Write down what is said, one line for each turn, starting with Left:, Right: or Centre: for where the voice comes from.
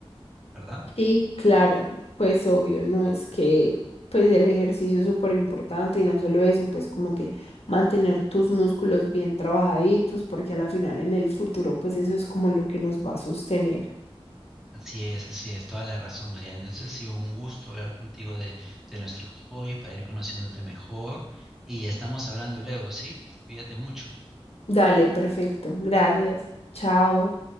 Centre: ¿verdad?
Left: Sí, claro, pues obvio, no es que pues el ejercicio es súper importante y no solo eso, pues como que mantener tus músculos bien trabajaditos, porque a la final en el futuro pues eso es como lo que nos va a sostener.
Centre: Así es, así es, toda la razón, María. Entonces ha sido un gusto hablar contigo de, de nuestros hobbies para ir conociéndote mejor y estamos hablando luego, ¿sí? Cuídate mucho.
Left: Dale, perfecto, gracias, chao.